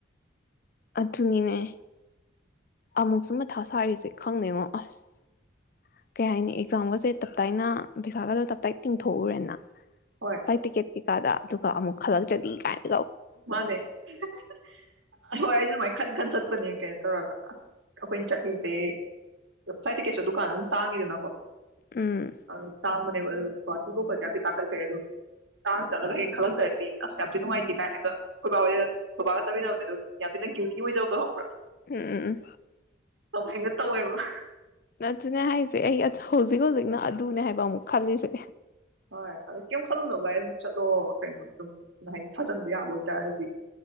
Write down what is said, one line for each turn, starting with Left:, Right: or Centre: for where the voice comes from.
Left: ꯑꯗꯨꯅꯤꯅꯦ ꯑꯃꯨꯛꯁꯨ ꯃꯊꯥ ꯁꯥꯔꯤꯁꯦ ꯈꯪꯗꯦꯉꯣ ꯑꯁ ꯀꯩ ꯍꯥꯏꯅꯤ ꯑꯦꯛꯖꯥꯝꯒꯁꯦ ꯇꯞꯇꯥꯏꯅ ꯄꯩꯁꯥꯒꯗꯣ ꯇꯞꯇꯥꯏ ꯇꯤꯡꯊꯣꯛꯎꯔꯦꯅ
Right: ꯍꯣꯏ
Left: ꯇꯥꯏ ꯇ ꯀꯦ ꯀꯩꯀꯥꯗ ꯑꯗꯨꯒ ꯑꯃꯨꯛ ꯈꯜꯂꯛꯆꯅꯤ ꯀꯥꯏꯅ
Right: ꯃꯥꯅꯦ ꯍ ꯑꯩꯁꯨ ꯃꯥꯏ ꯈꯟ ꯈꯟ ꯆꯠ ꯆꯠꯄꯅꯦ ꯀꯩꯅꯣ ꯇꯧꯔꯒ ꯑꯁ ꯑꯩꯈꯣꯏꯅ ꯆꯠꯂꯤꯁꯦ ꯐ꯭ꯂꯥꯏꯠ ꯇꯤꯀꯦꯠꯁꯨ ꯗꯨꯀꯥꯟꯗ ꯑꯗꯨꯝ ꯇꯥꯡꯉꯤꯗꯅꯀꯣ
Left: ꯎꯝ
Right: ꯑꯪ ꯇꯥꯡꯕꯅꯤ ꯀꯩꯕ ꯑꯗꯨꯒ ꯒ꯭ꯨꯋꯍꯥꯇꯤꯕꯨ ꯇꯥꯡꯈꯠꯈ꯭ꯔꯦ ꯑꯗꯨꯛ ꯇꯥꯡ ꯆꯠꯂꯒ ꯍꯥꯌꯦꯡ ꯈꯜꯂꯛꯇ꯭ꯔꯗꯤ ꯑꯁ ꯌꯥꯝ ꯊꯤꯅ ꯅꯨꯡꯉꯥꯏꯦ ꯀꯥꯏꯅꯒ ꯈꯣꯏꯕꯥ ꯍꯣꯏꯒ ꯕꯥꯕꯥꯒ ꯆꯠꯃꯤꯟꯅꯕꯗꯣ ꯌꯥꯝ ꯊꯤꯅ ꯀ꯭ꯌꯨꯇꯤꯒ ꯑꯣꯏꯖꯕꯗꯣ ꯈꯪ
Left: ꯎꯝ
Right: ꯑꯗꯨꯃꯥꯏꯅ ꯇꯧꯋꯦꯕ
Left: ꯅꯠꯇꯅꯦ ꯍꯥꯏ ꯑꯩ ꯑꯗꯨ ꯍꯧꯖꯤꯛ ꯍꯧꯖꯤꯛꯅ ꯑꯗꯨꯅꯦ ꯍꯥꯏꯕ ꯑꯃꯨꯛ ꯈꯜꯂꯤꯁꯦ
Right: ꯍꯣꯏ ꯑꯗꯣ ꯀꯩꯝ ꯈꯜꯂꯨꯅꯣ ꯚꯥꯏ ꯑꯗꯨꯝ ꯆꯠꯂꯣ ꯀꯩꯅꯣ ꯑꯗꯨꯝ ꯍꯥꯏꯗꯤ ꯊꯥꯖꯤꯟꯕ ꯌꯥꯕ ꯑꯣꯏꯇꯥꯔꯗꯤ